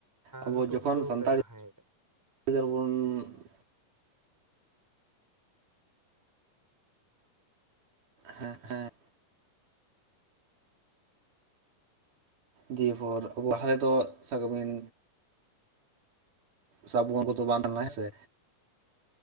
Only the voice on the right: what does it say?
ᱟᱵᱚ
ᱡᱚᱠᱷᱚᱱ
ᱥᱟᱱᱛᱟᱲ
<unintelligible> ᱦᱮᱸ ᱦᱮᱸ ᱫᱤᱭᱮᱯᱚᱨ ᱟᱵᱚ <unintelligible> ᱥᱟᱵ ᱠᱟᱵᱮᱱ ᱥᱟᱵᱚᱱ ᱠᱚᱛᱚ ᱵᱟᱝ ᱛᱟᱦᱮ ᱞᱮᱱᱟ ᱦᱮ ᱥᱮ